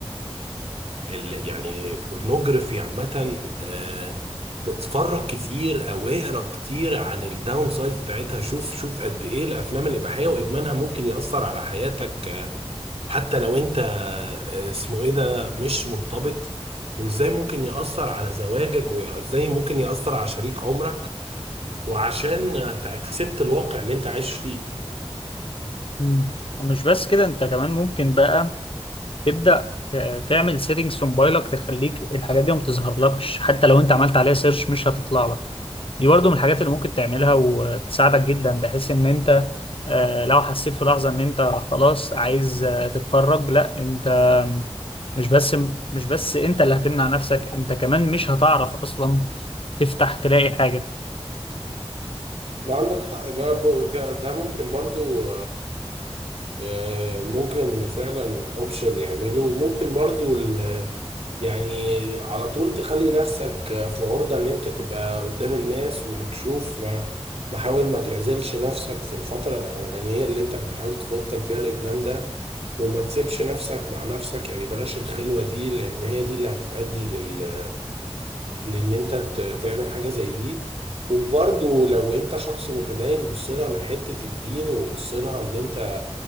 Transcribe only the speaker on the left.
مم. ومش بس كده انت كمان ممكن بقى تبدأ ت- تعمل سيتنجز في موبايلك تخليك الحاجات دي ما بتظهرلكش حتى لو انت عملت عليها سيرش مش هتطلع لك دي برضو من الحاجات اللي ممكن تعملها وتساعدك جدا بحيث ان انت آه، لو حسيت في لحظة ان انت خلاص عايز آه، تتفرج لا انت مش بس مش بس انت اللي هتمنع نفسك انت كمان مش هتعرف اصلا تفتح تلاقي حاجة